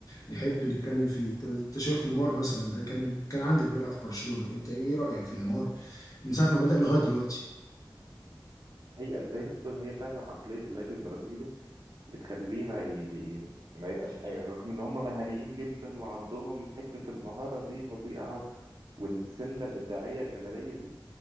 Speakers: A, on the left; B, on the right.
A: نحب نتكلم فيه انت أنت شايف نيمار مثلا ده كان كان عندك بيلعب في برشلونة انت ايه رأيك في نيمار من ساعة ما بدأ لغاية دلوقتي
B: هي زي ما انت بتقول هي فعلا عقليه اللعيب البرازيلي بتخليه ما ي... ما يبقاش حاجة رغم إن هم مهاريين جدا وعندهم حتة المهارة دي فظيعة والسنة الإبداعية الجمالية دي